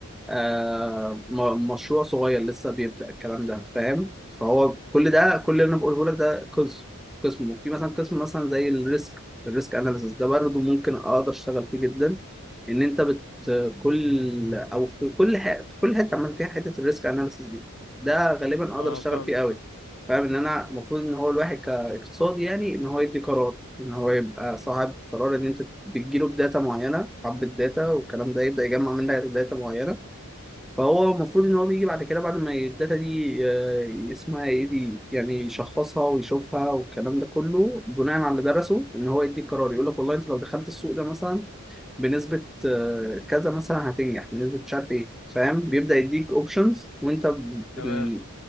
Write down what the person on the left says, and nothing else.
اه
فاهمك
اه
تمام